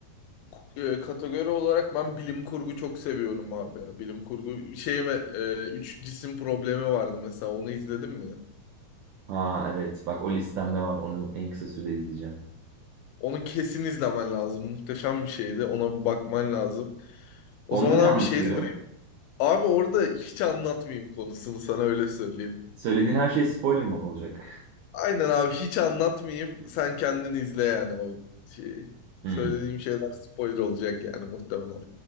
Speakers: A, on the left (about 80°); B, on the right (about 80°).
A: K- e, Kategori olarak ben bilim kurgu çok seviyorum abi ya. Bilim kurgu şeyime e, üç cisim problemi vardı mesela onu izledin mi?
B: Ha evet bak o listemde var onu en kısa sürede izleyeceğim.
A: Onu kesin izlemen lazım. Muhteşem bir şeydi. Ona bir bakman lazım. O
B: Onda
A: zaman
B: ne
A: abi
B: anlatıyor?
A: şeyi sorayım. Abi orada hiç anlatmayayım konusunu sana öyle söyleyeyim.
B: Söylediğin her şey spoiler mı olacak? <laughs>
A: Aynen abi hiç anlatmayayım. Sen kendin izle yani o şeyi.
B: Hmm.
A: Söylediğim şeyler spoiler olacak yani muhtemelen.